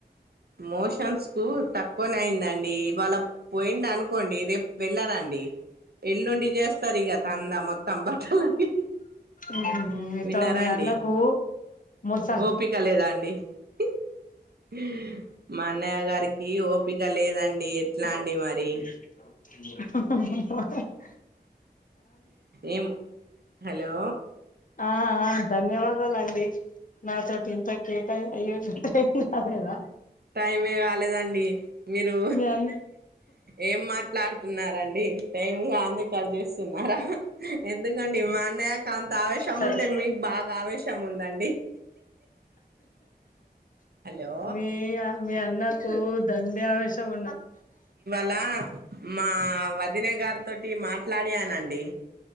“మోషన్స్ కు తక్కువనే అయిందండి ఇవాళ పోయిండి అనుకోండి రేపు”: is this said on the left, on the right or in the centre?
Right